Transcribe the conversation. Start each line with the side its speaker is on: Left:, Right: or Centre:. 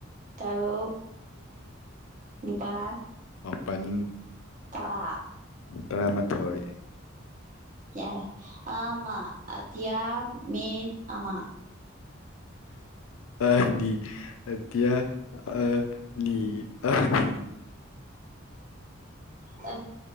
Right: ꯇꯔꯨꯛ ꯅꯤꯄꯥꯜ
Left: ꯃꯥꯄꯟ
Right: ꯇꯔꯥ
Left: ꯇꯔꯥꯃ ꯊꯣꯏ
Right: ꯌꯥꯔꯦ ꯑꯃ ꯑ ꯃ ꯑꯃ
Left: ꯑꯅꯤ ꯑ ꯑꯅꯤ ꯑꯅꯤ
Right: ꯑ